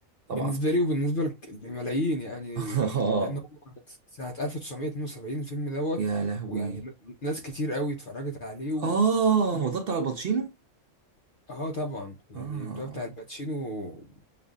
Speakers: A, on the right; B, on the left.
A: طبعا
B: بالنسبة لي وبالنسبة لك- لملايين يعني
A: <laughs> آه،
B: لأن هو سنة 1972 الفيلم دوت
A: يا لهوي
B: ويعني ن- ناس كتير قوي اتفرجت عليه و...
A: اه
B: من-
A: هو ده بتاع الباتشينو
B: اه طبعا يعني
A: اه
B: البداية بتاع الباتشينو